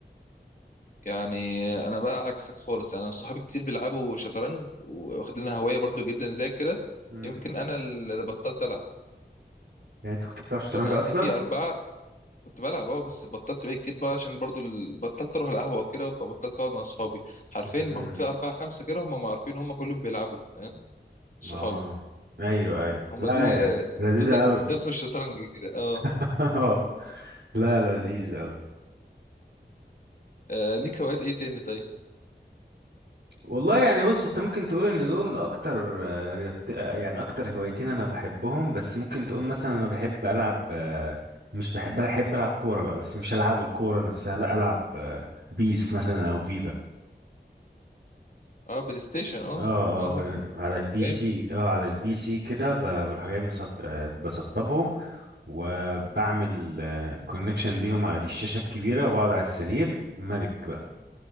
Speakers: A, on the left (about 50°); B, on the right (about 75°).
A: يعني انا بقى عكسك خالص يعني انا صحابي كتير بيلعبوا شطرنج واخدينها هواية برضو جدا زي كده
B: مم.
A: يمكن انا اللي بطلت العب
B: يعني انت كنت بتلعب شطرنج
A: يعني عندي
B: اصلا
A: في أربعة كنت بلعب اه بس بطلت بقى كتير بقى عشان برضو ال... بطلت اروح القهوه وكده فبطلت اقعد مع اصحابي عارفين
B: امم
A: ما هو في اربعه خمسه كده هم ما عارفين هم كلهم بيلعبوا فاهم؟ صحابي
B: اه ايوه ايوه
A: هم
B: لا
A: دول
B: يا- لذيذه
A: دول زي
B: قوي
A: قسم الشطرنج كده اه
B: <laughs> لا لذيذ قوي
A: آه، ليك هوايات ايه تاني طيب
B: والله يعني بص انت ممكن تقول ان دول اكتر آه، رياضت... آه، يعني اكتر هوايتين انا بحبهم بس ممكن تقول مثلا انا بحب العب آه، مش بحب بحب العب كوره بقى بس مش العب الكوره نفسها لا العب آه، بيس مثلا او فيفا
A: اه بلاي ستيشن اه
B: اه
A: اه
B: اه بن- على البي
A: جامد
B: سي اه على البي سي كده ب- بروح جاي مسط... آه، بسطبهم وبعمل كونكشن ليهم على الشاشة الكبيرة وبقعد على السرير ملك بقى